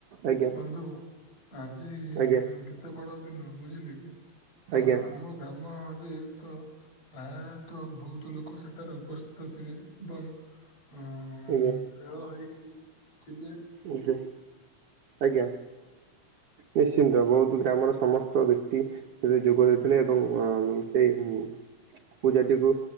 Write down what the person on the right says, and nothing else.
ଆଜ୍ଞା
ଆଜ୍ଞା
ଆଜ୍ଞା
ଆଜ୍ଞା ଆଜ୍ଞା
ଆଜ୍ଞା ଆଜ୍ଞା। ନିଶ୍ଚିନ୍ତ ବୋହୁତୁ ଗ୍ରାମର ସମସ୍ତ ବ୍ୟକ୍ତି ସେଥିରେ ଯୋଗ ଦେଇଥିଲେ ଏବଂ ଆମ୍ ସେଇ ପୂଜାଟିକୁ